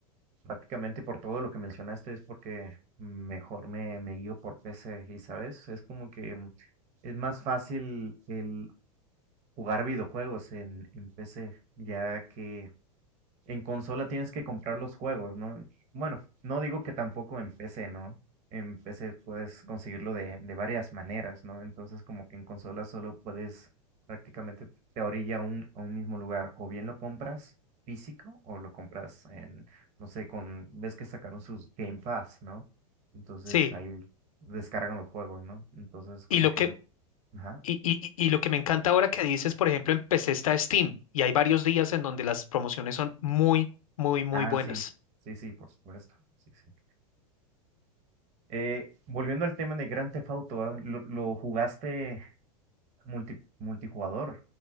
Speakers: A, on the right; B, on the left.
A: prácticamente por todo lo que mencionaste es porque mejor me, me guío por PC y, ¿sabes? Es como que mm, es más fácil el jugar videojuegos en, en PC, ya que en consola tienes que comprar los juegos, ¿no? Bueno, no digo que tampoco en PC, ¿no? En PC puedes conseguirlo de, de varias maneras, ¿no? Entonces como que en consola solo puedes prácticamente te orilla a un, a un mismo lugar, o bien lo compras físico o lo compras en, no sé, con, ves que sacaron sus Game Pass, ¿no? Entonces
B: Sí,
A: ahí descargan los juegos, ¿no? Entonces como
B: y lo
A: que,
B: que,
A: ajá,
B: y, y- y- y lo que me encanta ahora que dices, por ejemplo, en PC está Steam y hay varios días en donde las promociones son muy, muy, muy
A: Ah,
B: buenas.
A: sí, sí, sí, por supuesto. Sí, sí. Eh, volviendo al tema de Grand Theft Auto, ah, Lo, lo jugaste multi- multijugador,